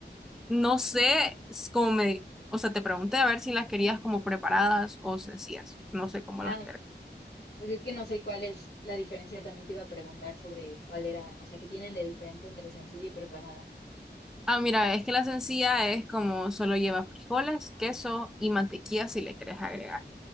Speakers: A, in the centre; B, on the left.
A: no sé s- cómo me, o sea, te pregunté a ver si las querías como preparadas o sencillas, no sé cómo
B: Ah,
A: las
B: pues es que no sé cuál es la diferencia, también te iba a preguntar sobre cuál era, o sea, qué tienen de diferente entre sencilla y preparada.
A: Ah, mira, es que la sencilla es como solo lleva frijoles, queso y mantequilla si le querés agregar.